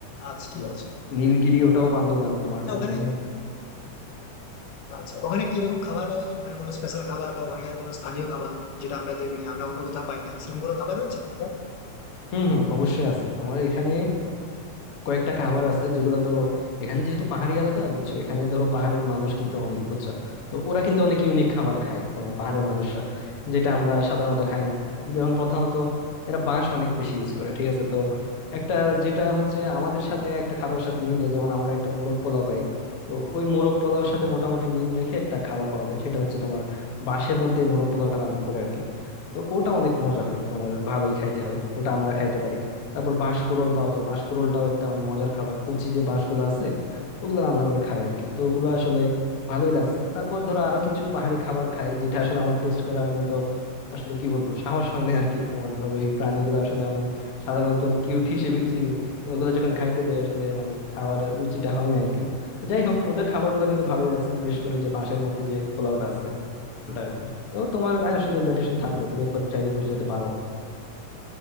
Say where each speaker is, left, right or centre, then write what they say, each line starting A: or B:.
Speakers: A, on the left (about 75°); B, on the left (about 50°).
A: আচ্ছা ঠিক আছে
B: নীলগিরি ওটাও বান্দরবানে তোমার
A: আচ্ছা ওখানে
B: ওখানে
A: আচ্ছা ওখানে কিরকম খাবার পাওয়া যায় মানে কোনো স্পেশাল খাবার বা ওখানে কোনো স্থানীয় খাবার যেটা আমরা দেখি না, আমরা অন্য কোথাও পাই না সেরকম কোনো খাবার রয়েছে ওখানকার
B: হুম হুম অবশ্যই আছে তোমার এখানে কয়েকটা খাবার আছে যেগুলো ধরো এখানে যেহেতু পাহাড়ি এলাকা বুঝছো এখানে ধরো পাহাড়ের মানুষ কিন্তু অনেক বুঝছো তো ওরা কিন্তু অনেক ইউনিক খাবার খায় তোমার পাহাড়ের মানুষরা যেটা আমরা সাধারণত খাই না যেমন প্রধানত এরা বাঁশ অনেক বেশি ইউজ করে ঠিক আছে তো একটা যেটা হচ্ছে আমাদের সাথে একটা খাবারের সাথে মিলে যেমন আমরা একটা মোরগ পোলাও খাই তো ওই মোরগ পোলাওর সাথে মোটামুটি মিল রেখে একটা খাবার পাওয়া যায় সেটা হচ্ছে তোমার বাঁশের মধ্যে মোরগ পোলাওটা রান্না করে আর কি তো ওটা অনেক মজা হয় তোমার ভালোই খাইতে হয় ওটা আমরা খাইতে পারি তারপর বাঁশকুড়োল পাওয়া যায় বাঁশকুড়োলটাও একটা মানে মজার খাবার কচি যে বাঁশগুলো আছে ওগুলো রান্না করে খায় আর কি তো ওগুলো আসলে ভালোই লাগছে তারপর ধরো আরো কিছু পাহাড়ি খাবার খাই যেটা আসলে আমার টেস্ট করার মতো আসলে কি বলবো সাহস হয় না আর কি তোমার ধরো ওই প্রাণীগুলো আসলে আমি সাধারণত কিউট হিসেবে চিনি ওগুলো যখন খাইতে দেয় আসলে মানে খাওয়ার রুচিটা হয় না আর কি তো যাই হোক ওদের খাবারগুলো কিন্তু ভালোই লাগছে বিশেষ করে যে বাঁশের মধ্যে যে পোলাওটা আছে ওটা আর কি তো তোমার গায়ে আসলে ইনভাইটেশন থাকলো তুমি একবার চাইলে ঘুরে যেতে পারো